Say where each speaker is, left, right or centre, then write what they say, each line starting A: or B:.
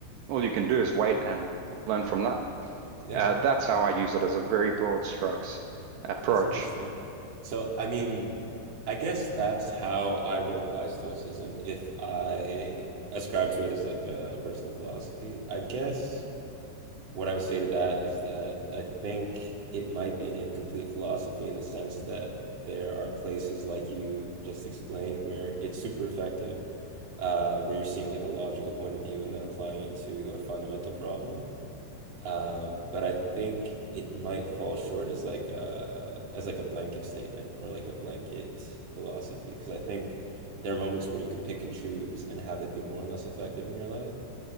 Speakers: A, on the right; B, on the right.
A: all you can do is wait and learn from that.
B: <laughs> Yeah.
A: Uh, that's how I use it as a very broad strokes approach
B: That's interesting. So, I mean, I guess that's how I would apply Stoicism if I ascribe to it as like a, personal philosophy. I guess what I would say to that is that I think it might be an incomplete philosophy in the sense that there are places like you just explained where it's super effective, uh, where you're seeing like a logical point of view and then applying it to a fundamental problem. Um, but I think it might fall short as like a as like a blanket statement or like a blanket philosophy because I think there are moments where you could pick and choose and have it be more and less effective in your life.